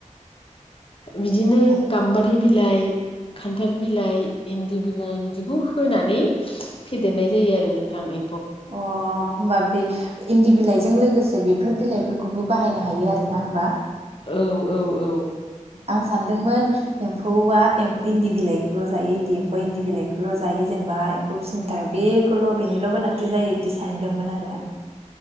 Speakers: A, on the left; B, on the right.
A: बिदिनो
B: ओमफ्राय
A: गामबारि बिलाइ खान्थाल बिलाइ इन्दि बिलाइ बिदिखौ होनानै फेदेरनाय जायो आरो नोंथां एम
B: अ होमबा बे इन्दि बिलाइजों लोगोसे जे बेफोर बिलाइफोरखौबो बाहायनो हायो आरोना होमबा?
A: औ औ औ
B: आं सानदोंमोन एम म्फौआ इन्दि बिलाइखौल' जायो इन्दि एम्फौ इन्दि बिलाइखौल' जायो जेनेबा एम्फौ फिसिनो थाखाय बेखौल' बेनिल' गोनांथि जायो बिदि सानदोंमोन आरो आं।